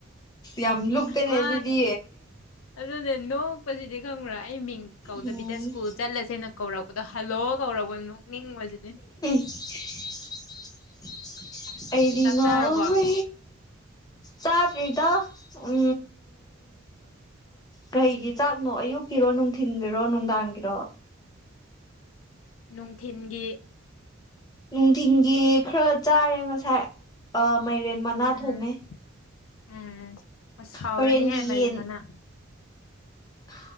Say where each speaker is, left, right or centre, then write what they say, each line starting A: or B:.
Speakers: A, on the left (about 20°); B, on the left (about 80°).
A: ꯌꯥꯝ ꯂꯨꯞꯄꯦꯅꯦ
B: ꯃꯥ
A: ꯑꯗꯨꯗꯤ
B: ꯑꯗꯨ ꯅꯣꯛꯄꯁꯤꯗꯤ ꯈꯪꯉ꯭ꯔꯥ ꯑꯩ ꯃꯤꯡ ꯀꯧꯗꯕꯤꯗ
A: ꯎꯝ
B: ꯁ꯭ꯀꯨꯜ ꯆꯠꯂꯁꯦꯅ ꯀꯧꯔꯛꯄꯗꯣ ꯍꯜꯂꯣ ꯀꯧꯛꯔꯕ ꯃꯤ ꯃꯜꯖꯗꯤꯦ
A: <inaudible> ꯑꯩꯗꯤ
B: ꯆꯥꯛ
A: ꯉꯥꯎꯋꯦ
B: ꯆꯥꯔꯕꯣ
A: ꯆꯥꯗ꯭ꯔꯤꯗ ꯎꯝ ꯀꯩꯒꯤ ꯆꯥꯛꯅꯣ ꯑꯌꯨꯛꯀꯤꯔꯣ ꯅꯨꯡꯊꯤꯟꯒꯤꯔꯣ ꯅꯨꯡꯗꯥꯡꯒꯤꯔꯣ
B: ꯅꯨꯡꯊꯤꯟꯒꯤ
A: ꯅꯨꯡꯊꯤꯟꯒꯤ ꯈꯔ ꯆꯥꯔꯦ ꯉꯁꯥꯏ ꯑ ꯃꯥꯏꯔꯦꯟ ꯃꯅꯥ
B: ꯎꯝ
A: ꯊꯣꯡꯉ
B: ꯎꯝ ꯑꯁ ꯍꯥꯎꯔꯅꯤꯍꯦ
A: ꯍꯣꯔꯦꯟꯗꯤ
B: ꯃꯥꯏꯔꯦꯟ
A: ꯌꯦꯟ
B: ꯃꯅꯥ
A: ꯑ